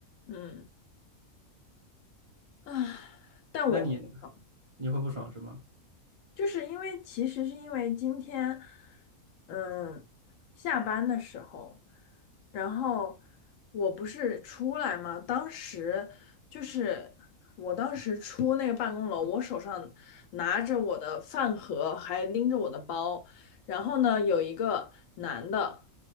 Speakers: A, on the left (about 70°); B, on the right (about 45°).
A: 嗯啊，但我会不放，
B: 那你你会不爽是吗？
A: 就是因为其实是因为今天，嗯，下班的时候，然后我不是出来嘛，当时就是我当时出那个办公楼，我手上拿着我的饭盒，还拎着我的包，然后呢，有一个男的，